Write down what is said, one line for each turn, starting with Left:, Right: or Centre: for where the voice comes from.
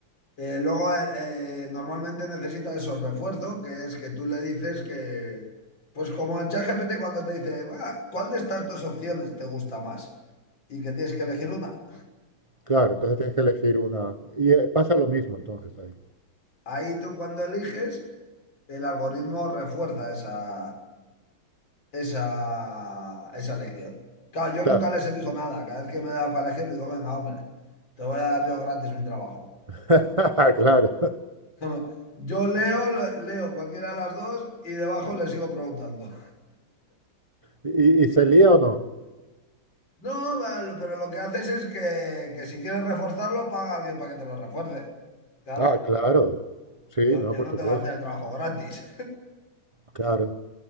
Left: Eh, luego, eh, eh, normalmente necesita esos refuerzos, que es que tú le dices que, pues como en ChatGPT cuando te dice, "Va, ¿cuál de estas dos opciones te gusta más? Y que tienes que elegir una.
Right: claro, entonces tienes que elegir una. Y eh, pasa lo mismo entonces ahí.
Left: Ahí tú cuando eliges, el algoritmo refuerza esa, esa, esa elección. Claro, yo
Right: Claro,
Left: nunca les elijo nada. Cada vez que me da para elegir, digo, venga, hombre, te voy a dar yo gratis mi trabajo.
Right: <laughs> claro.
Left: <laughs> Yo leo, lo- leo cualquiera de las dos y debajo le sigo preguntando.
Right: ¿Y, y se lía o no?
Left: No, vale pero lo que haces es que, que si quieres reforzarlo, paga a alguien para que te lo refuerce. Claro,
Right: Ah, claro. Sí,
Left: yo,
Right: no,
Left: yo
Right: por
Left: no
Right: supuesto.
Left: te voy a hacer el trabajo gratis.
Right: Claro.